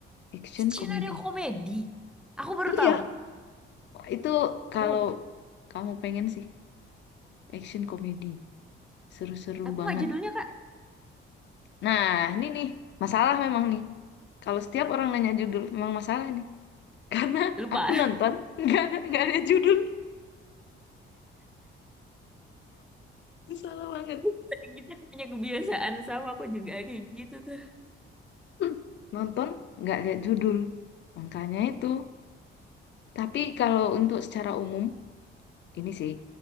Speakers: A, on the left; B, in the centre.
A: action
B: Skenario
A: komedi.
B: komedi. Aku baru
A: Iya,
B: tahu.
A: Wah, Itu kalau
B: Tuh,
A: kamu pengen sih action komedi seru-seru
B: apa
A: banget.
B: nggak judulnya, Kak?
A: Nah, ini nih masalah memang nih. Kalau setiap orang nanya judul memang masalah nih. karena
B: Lupa.
A: aku nonton <laughs> nggak ada nggak ada judul salah banget
B: <laughs> Kita punya kebiasaan sama aku juga kayak gitu tuh.
A: Hmm. nonton nggak lihat judul makanya itu tapi kalau untuk secara umum ini sih